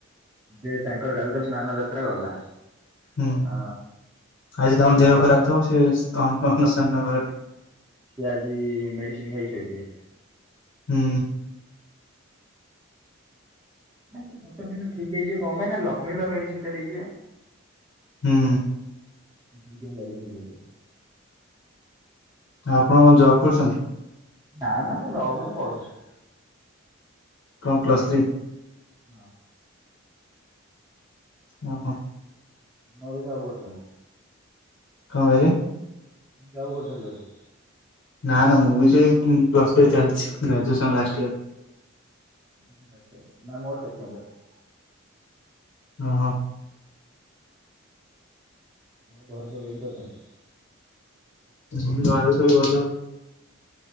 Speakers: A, on the right; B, on the left.
A: ଯେ ତାଙ୍କର କାଲି ତ ସ୍ନାନ ଯାତ୍ରା ଗଲା।
B: ହୁଁ
A: ଅ
B: ଆଜି ତମର
A: ତାପରେ
B: ଦେହ
A: ରଥ
B: ଖରାପ ଥାଉ ସେ ଅର୍ଣ୍ଣ ପ୍ରସନ ଘଟି।
A: ସିଏ ଆଜି ମେଡିସିନ ଖାଇକି ଶୋଇଥିବେ।
B: ହୁଁ।
A: ଆଜ୍ଞା ଗୋଟେ ଦିନ ଠିକ ହେଇଯିବି କ'ଣ ପାଇଁ ନା ଲକ୍ଷ୍ମୀ ବା ମେଡିସିନି ଟା ଦେଇଥିବେ।
B: ହୁଁ।
A: ଦି ଜଣ ଚାଲିକି ଯିବେ।
B: ଆପଣ କ'ଣ ଜବ୍ କରୁଛନ୍ତି।
A: ନା ନା ମୁଁ ରବଲ ପଢୁଛି।
B: କ'ଣ ପ୍ଲସ ଥ୍ରୀ।
A: ହଁ।
B: ଓ ହୋ।
A: ନ ଦେ ହିସାବ କରୁଛନ୍ତି।
B: କ'ଣ କହିଲେ।
A: ଜାଉ କରୁଛନ୍ତି ବୋଧେ।
B: ନା ନା ମୁଁ ବି ସେ ପ୍ଲସ ଥ୍ରୀ ଚାଲିଛି ଗ୍ରାଜୁଏସନ ଲାଷ୍ଟ ଇୟର।
A: <inaudible> ନାଁ ମୋର୍ ସେକେଣ୍ଡେ ଇୟର।
B: ଅ ହଁ।
A: ଆଉ ଘରେ ସବୁ କେମିତି ଅଛନ୍ତି।
B: ମୁଁ ଘରେ ସବୁ ଭଲ ଆଉ